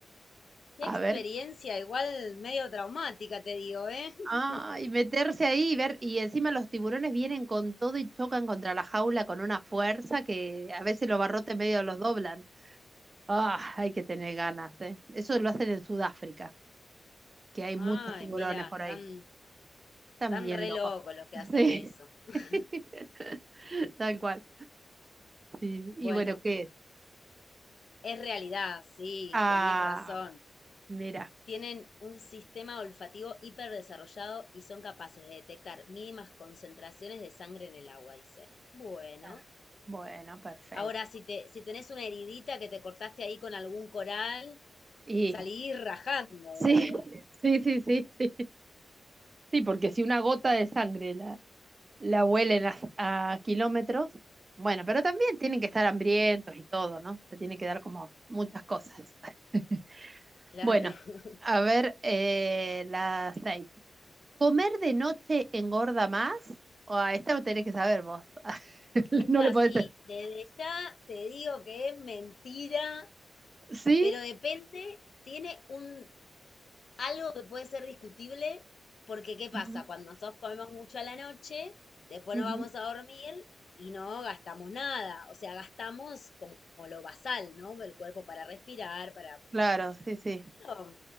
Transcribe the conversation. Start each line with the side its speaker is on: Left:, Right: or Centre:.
Left: qué
Right: A
Left: experiencia,
Right: ver.
Left: igual medio traumática, te digo, ¿eh?
Right: Ah,
Left: <laughs>
Right: y meterse ahí y ver, y encima los tiburones vienen con todo y chocan contra la jaula con una fuerza que a veces los barrotes medio los doblan. Ah, hay que tener ganas, ¿eh? Eso lo hacen en Sudáfrica, que hay
Left: Ay,
Right: muchos tiburones
Left: mira,
Right: por
Left: están
Right: ahí. Están
Left: Tan
Right: bien
Left: re
Right: locos.
Left: locos
Right: <laughs>
Left: los que hacen
Right: Sí.
Left: eso. <laughs>
Right: <laughs> Tal cual. Sí. Y
Left: Bueno,
Right: bueno, ¿qué?
Left: es realidad, sí,
Right: Ah,
Left: tenías razón.
Right: mira.
Left: Tienen un sistema olfativo hiperdesarrollado y son capaces de detectar mínimas concentraciones de sangre en el agua, dice. Bueno,
Right: Ah, Bueno, perfecto.
Left: ahora si te, si tenés una heridita que te cortaste ahí con algún coral,
Right: Y
Left: salí rajando
Right: sí,
Left: del agua.
Right: <laughs> sí, sí, sí, sí. Sí, porque si una gota de sangre la, la huelen a, a kilómetros. Bueno, pero también tienen que estar hambrientos y todo, ¿no? Se tienen que dar como muchas cosas. <laughs>
Left: Claro.
Right: Bueno,
Left: <laughs>
Right: a ver, eh, la seis. ¿Comer de noche engorda más? O a esta lo tenés que saber vos. <laughs>
Left: Esta
Right: No le podés.
Left: sí, desde ya te digo que es mentira,
Right: ¿Sí?
Left: pero depende, tiene un Algo que puede ser discutible, porque ¿qué pasa?
Right: Ujú.
Left: Cuando nosotros comemos mucho a la noche, después
Right: ujú.
Left: nos vamos a dormir y no gastamos nada. O sea, gastamos como, como lo basal, ¿no? El cuerpo para respirar, para...
Right: Claro, sí, sí.
Left: Pero